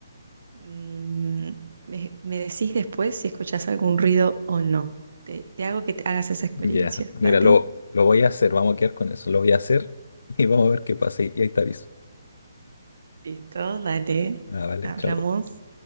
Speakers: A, on the right (about 70°); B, on the left (about 70°).
A: Mm, me, me decís después si escuchás algún ruido o no. Te, te hago que te hagas esa experiencia,
B: Ya, Mira,
A: ¿vale?
B: lo, lo voy a hacer, vamos a quedar con eso. Lo voy a hacer y vamos a ver qué pasa y ahí te aviso.
A: Listo, dale.
B: Ah, vale,
A: Hablamos.
B: chao.